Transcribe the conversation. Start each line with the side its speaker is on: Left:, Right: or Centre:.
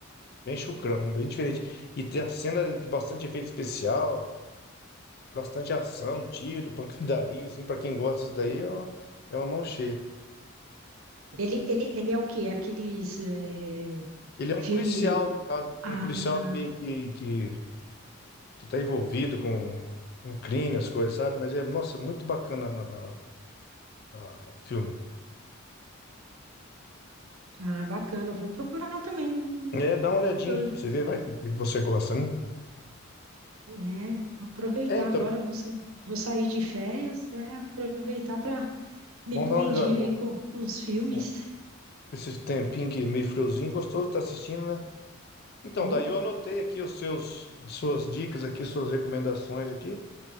Left: bem chucrão, bem diferente. E tem a cena de bastante efeito especial, bastante ação, tiro, pancadaria, assim, pra quem gosta disso daí, é uma, é uma mão cheia.
Right: Ele, ele, ele é o quê? Aqueles eh,
Left: Ele é um
Right: filme.
Left: policial, no caso,
Right: Ah,
Left: um policial que meio que, que que tá envolvido com, com crime, as coisas, sabe? Mas é, nossa, muito bacana a- a- o filme.
Right: ah, bacana. Vou procurar também, não-
Left: É, dá uma olhadinha,
Right: não-
Left: pra você vê, vai que que você gosta, né?
Right: né? Aproveitar
Left: É, então,
Right: agora. eu Vou, sa- vou sair de férias, né? Aproveitar para me
Left: vamos
Right: pôr
Left: dar uma
Right: em dia aí
Left: olhada.
Right: com, com os filmes.
Left: um- um- Esse tempinho que meio friozinho, gostoso, tá assistindo, né? Então,
Right: Ou,
Left: daí eu anotei aqui os seus, as suas dicas aqui, suas recomendações aqui.